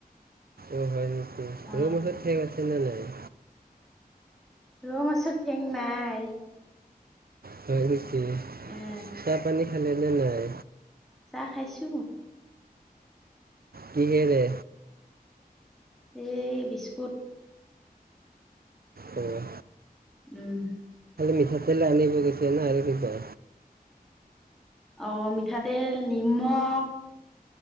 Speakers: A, on the right (about 70°); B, in the centre.
A: অ', হয় নেকি
B: আহ
A: ৰৌ মাছৰ ঠেং আছে নে নাই
B: ৰৌ মাছৰ ঠেং নাই।
A: হয় নেকি
B: এ
A: চাহ পানী খালে নে নাই?
B: চাহ খাইছো।
A: কিহৰে?
B: এই বিস্কুট।
A: অ'।
B: উম।
A: মিঠাতেলে আনিব গৈছে ন' আৰু কিবা
B: অ', মিঠাতেল নিমখ